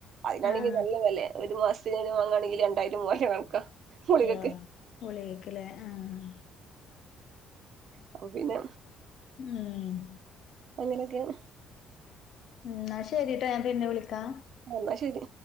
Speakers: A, on the right (about 55°); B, on the left (about 65°).
A: അയിനാണെങ്കി
B: ആഹ്
A: നല്ല വെലെ ഒരു മാസത്തിനെന്നെ വാങ്ങാണെങ്കി രണ്ടായിരം മൂവായിരം കണക്കാ. ഗുളികക്ക്
B: ഏഹ് ഗുളിക്ക് ലേ ആഹ്
A: അപ്പ പിന്നെ
B: മം.
A: അങ്ങനെക്കേണ്
B: ഇന്നാ ശരിട്ടാ ഞാൻ പിന്നെ വിളിക്കാ
A: അന്ന ശരി